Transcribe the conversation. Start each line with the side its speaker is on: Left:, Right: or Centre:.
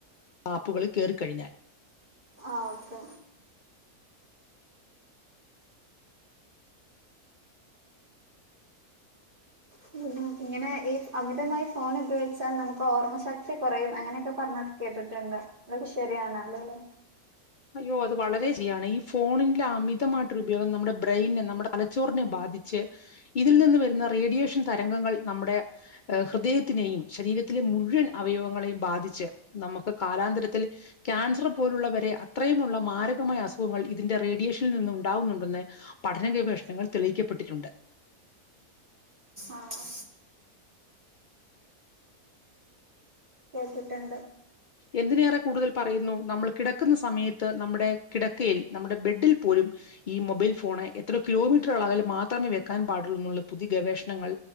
Left: ആപ്പുകളിൽ കേറിക്കഴിഞ്ഞാൽ
Right: ആഹ് ഓക്കെ. പിന്നെ ഇങ്ങനെ ഈ അമിതമായി ഫോൺ ഉപയോഗിച്ചാൽ നമ്മുക്ക് ഓർമ്മ ശക്തി കൊറെയും അങ്ങനെയെക്കെ പറഞ്ഞ. കേട്ടിട്ടുണ്ട്. ഇതൊക്കെ ശെരിയാണല്ലൊലെ.
Left: അയ്യോ അത് വളരെ ശരിയാണ്. ഈ ഫോണിന്റെ അമിതമായിട്ടൊരു ഉപയോഗം നമ്മെടെ ബ്രെയിനെ നമ്മടെ തലച്ചോറിനെ ബാധിച്ച്. ഇതിൽ നിന്ന് വെരുന്ന റേഡിയേഷൻ തരംഗങ്ങൾ നമ്മെടെ. ഏഹ് ഹൃദയത്തിനെയും ശരീരത്തിലെ മുഴുവൻ അവയവങ്ങളെയും ബാധിച്ച്. നമ്മെക്ക് കാലാന്തരത്തിൽ ക്യാൻസർ പോലുള്ളവരെ അത്രെയുമുള്ള മാരകമായ അസുഖങ്ങൾ, ഇതിന്റെ റേഡിയേഷനിൽ നിന്ന് ഉണ്ടാകുന്നുണ്ടെന്ന്. പഠന ഗവേഷണങ്ങൾ തെളിയിക്കപ്പെട്ടിട്ടുണ്ട്.
Right: ആഹ് കേട്ടിട്ടൊണ്ട്.
Left: എന്തിനേറെ കൂടുതൽ പറയുന്നു. നമ്മൾ കിടക്ക്ന്ന സമയത്ത് നമ്മെടെ കിടക്കയിൽ നമ്മെടെ ബെഡിൽ പോലും. ഈ മൊബൈൽ ഫോണ് എത്രാേ കിലോമീറ്റർ അകലം മാത്രമേ വെക്കാൻ പാടൊള്ളൂന്നുള്ള പുതിയ ഗവേഷണങ്ങൾ.